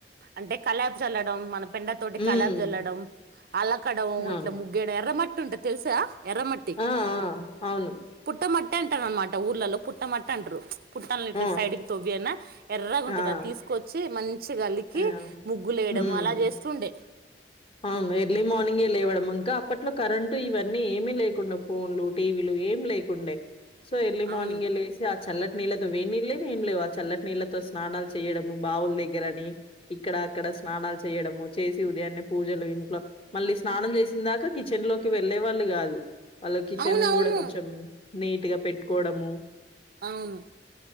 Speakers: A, on the right (about 55°); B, on the left (about 30°).
A: అంటే, కల్లాపి చల్లడం, మనం పెండ తోటి
B: హ్మ్.
A: కల్లాపి జల్లడం. అలకడం,
B: అవును.
A: ఇట్లా ముగ్గయడం, ఎర్ర మట్టి ఉంటది తెలుసా! ఎర్రమట్టి.
B: ఆ! ఆ! అవును.
A: పుట్టమట్టి అంటారు అనమాట. ఊర్లలో పుట్టమట్టి అంటారు. పుట్టల్ ని ఇట్ల
B: ఆ!
A: సైడ్కి తవ్వ అయినా, ఎర్రగుంటది.
B: ఆ!
A: అది తీసుకొచ్చి మన్ చిగ అలికి
B: ఆ
A: ముగ్గులేయడం.
B: హ్మ్
A: అలా చేస్తుండే.
B: అవును. ఎర్లీ మార్నింగ్ ఎ లేవడముంక అప్పట్లో కరెంటు ఇవన్నీ ఏమీ లేకుండ. ఫోన్లు, టీవీలు ఏమి లేకుండే. సో ఎర్లీ
A: అవును
B: మార్నింగ్ ఎ లేసి చల్లటి నీళ్ళతో, వేనీళ్ లేవ్, ఏం లేవు. ఆ చల్లటి నీళ్ళతో స్నానాలు చేయడము. బావుల దగ్గరని, ఇక్కడ అక్కడ స్నానాలు చేయడము. చేసి ఉదయాన్నే, పూజలు ఇంట్లో. మళ్ళీ స్నానం చేసిన దాకా, కిచెన్ లోకి వెళ్లేవాళ్లు కాదు. వాళ్ళు కిచెన్
A: అవును
B: ని
A: అవును
B: కూడా కొంచెం నీట్గా పెట్టుకోవడము.
A: అవును